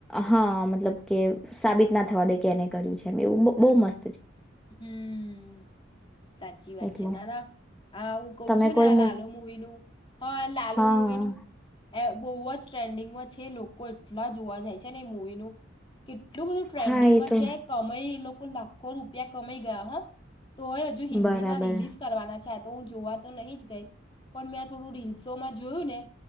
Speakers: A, in the centre; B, on the left.
A: હ મતલબ કે, સાબિત ના થવા દે કે એને કર્યુ છે, એમ એવું બહુ મસ્
B: હમ્મ્મ, સાચી વાત
A: એટલે
B: છે. ના ના આ હું કઉ
A: તમે
B: છું
A: કોઈ
B: ને લાલો મૂવી નું હ લાલો
A: હા
B: મવીનું
A: હા
B: એ બઉ જ ટ્રેન્ડિંગમાં છે લોકો એટલા જોવા જાય છે ને એ મૂવી નું, કેટલું બધું ટ્રેન્ડિંગમાં
A: હા એ તો
B: છે કમય એ લો કો લાખો રૂપિયા કમય ગયા હ, તો એ હજુ હિન્દી
A: બરાબર
B: માં રિલીઝ કરવાના છે તો હું જોવા તો નહીં જ ગઈ, પણ મેં આ થોડું રીલ્સોમાં જોયું ને